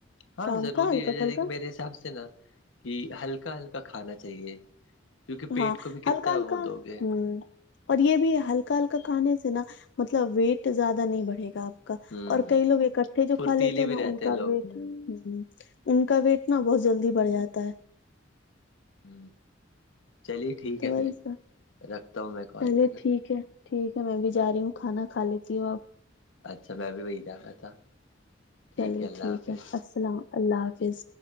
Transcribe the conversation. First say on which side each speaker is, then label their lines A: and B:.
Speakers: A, on the left; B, on the left.
A: ہاں
B: شام
A: ضروری
B: کا ہلکا
A: ہے
B: پھلکا
A: میرے حساب سے نا کہ ہلکا ہلکا کھانا چاہیے کیونکہ پیٹ
B: ہاں
A: کو بھی کتنا
B: ہلکا ہلکا
A: وہ دو گے
B: ہوں اور یہ بھی ہلکا ہلکا کھانے سے نا مطلب ویٹ زیادہ نہیں بڑھے گاپ
A: ہ
B: اور کئی لوگ اکٹھے جو
A: پھرتیلے
B: کھا لیتے ہیں
A: بھی
B: نا
A: رہتے
B: ان کا
A: لوگ
B: و تھا ہ ان کا ویٹ نا بہت جلدی بڑھ جاتا ہے
A: ہ چلیے ٹھیک
B: تو
A: ہے
B: وہی
A: پھر
B: سا
A: رکھتا ہوں میں کال
B: چلیے
A: ہے نا
B: ٹھیک ہے ٹھیک ہے میں بھی جا رہی ہوں کھانا کھا لیتی ہوں اب
A: اچھا میں بھی وہی د رہا تھا ٹھیک
B: چلیے
A: ہے اللہ
B: ٹھیک
A: حافظ
B: السلام اللہ حافظ